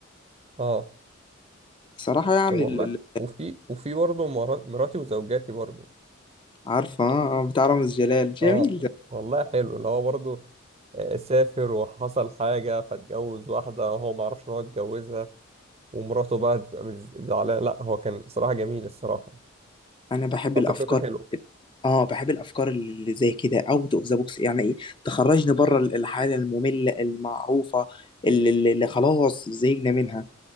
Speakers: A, on the right; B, on the left.
A: اه
B: صراحه يعني
A: طب والله
B: ال- ال-
A: وفي وفي برضه مرا- مراتي وزوجاتي برضه
B: عارفه آه، آه، بتاع رامز جلال جميل
A: اه والله حلو اللي هو برضه آه، سافر وحصل حاجة فاتجوز واحدة وهو ما عرفش إن هو اتجوزها ومراته بقى تبقى مز- زعلانة لا هو كان صراحة جميل الصراحة
B: انا بحب
A: آه،
B: الافكار
A: فكرته حلوة
B: اه بحب الافكار اللي زي كده اوت اوف ذا بوكس يعني ايه تخرجني بره الحاله الممله المعروفه اللي, اللي اللي خلاص زهقنا منها